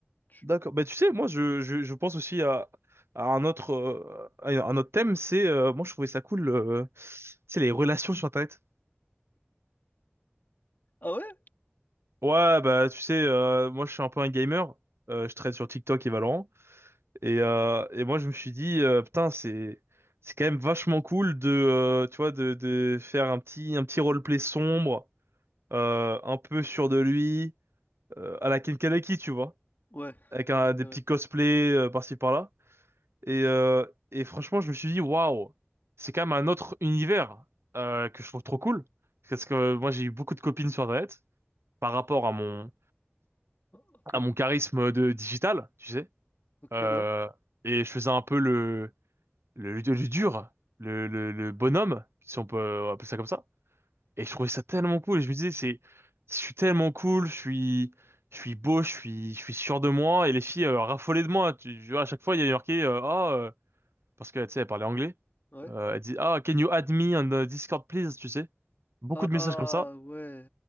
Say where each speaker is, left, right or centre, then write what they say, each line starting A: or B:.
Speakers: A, on the left; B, on the right.
A: Tu-
B: D'accord. Bah, tu sais, moi, je, je, je pense aussi à, à un autre, euh, à un autre thème, c'est, euh, moi, je trouvais ça cool, euh, tu sais, les relations sur Internet.
A: Ah ouais?
B: Ouais, bah, tu sais, euh, moi, je suis un peu un gamer, euh, je traîne sur TikTok et Valorant, et, euh, et moi, je me suis dit, euh, putain, c'est, c'est quand même vachement cool de, euh, tu vois, de, de faire un petit, un petit roleplay sombre, euh, un peu sûr de lui, euh, à la Ken Kaneki, tu vois.
A: Ouais.
B: avec un-
A: Ok,
B: des
A: ouais.
B: petits cosplays euh, par-ci par-là. Et, euh, et franchement, je me suis dit, waouh, c'est quand même un autre univers euh, que je trouve trop cool. Parce que euh, moi, j'ai eu beaucoup de copines sur Internet par rapport à mon,
A: Attends.
B: à mon charisme de digital, tu sais.
A: Ok,
B: Euh,
A: ouais.
B: et je faisais un peu le, le, le dur, le, le, le bonhomme, si on peut appeler ça comme ça. Et je trouvais ça tellement cool. Et je me disais, c'est, je suis tellement cool, je suis, je suis beau, je suis, je suis sûr de moi. Et les filles euh, raffolaient de moi. Tu, tu vois, à chaque fois, il y a marqué, euh, ah, euh, parce que, tu sais, elle parlait anglais.
A: Ouais.
B: Euh, elle dit, ah, can you add me on the Discord, please, tu sais. Beaucoup
A: Ah
B: de messages comme ça.
A: ouais.